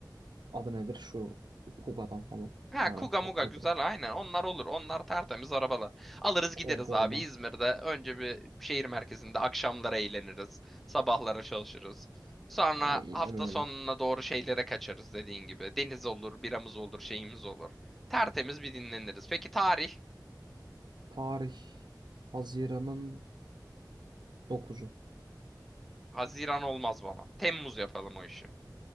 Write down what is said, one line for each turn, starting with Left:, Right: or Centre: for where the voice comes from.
Right: Adı nedir şu Kuga'dan falan
Centre: Ha
Right: bir tane
Centre: Kuga
Right: patlatırız.
Centre: Muga güzel aynen onlar olur onlar tertemiz arabalar. Alırız gideriz
Right: Konforla.
Centre: abi İzmir'de önce bir şehir merkezinde akşamlara eğleniriz. Sabahlara çalışırız. Sonra
Right: Aynen
Centre: hafta
Right: öyle.
Centre: sonuna doğru şeylere kaçarız dediğin gibi. Deniz olur, biramız olur, şeyimiz olur. Tertemiz bir dinleniriz. Peki tarih?
Right: Tarih Haziran'ın dokuzu,
Centre: Haziran olmaz bana. Temmuz yapalım o işi.